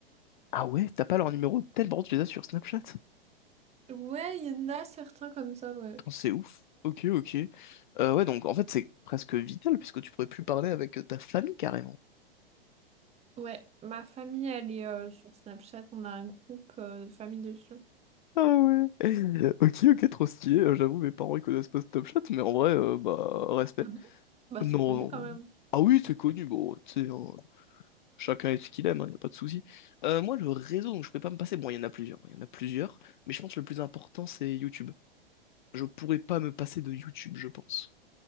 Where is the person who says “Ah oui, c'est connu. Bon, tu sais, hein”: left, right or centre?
Left